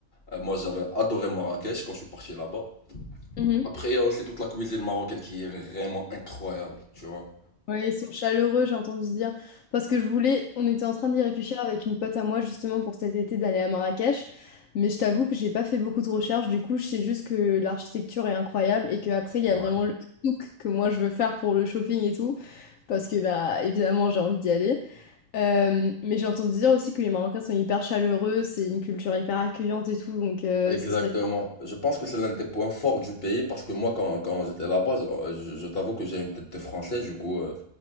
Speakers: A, on the left; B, on the left.
A: Euh, moi j'avais adoré Marrakech quand je suis parti là-bas.
B: Mhm.
A: Après il y a aussi toute la cuisine marocaine qui est vraiment incroyable, tu vois.
B: Ouais, ils sont chaleureux, j'ai entendu dire. Parce que je voulais, on était en train d'y réfléchir avec une pote à moi justement pour cet été d'aller à Marrakech. Mais je t'avoue que j'ai pas fait beaucoup de recherches. Du coup, je sais juste que l'architecture est incroyable et qu'après, il
A: Ouais.
B: y a vraiment le souk que moi je veux faire pour le shopping et tout. Parce que, bah, évidemment, j'ai envie d'y aller. Euh, mais j'ai entendu dire aussi que les Marocains sont hyper chaleureux, c'est une culture hyper accueillante et tout. Donc, euh,
A: Exactement.
B: ça serait.
A: Je pense que c'est l'un des points forts du pays parce que moi, quand, quand j'étais là-bas, je, je t'avoue que j'ai une tête de français, du coup, euh,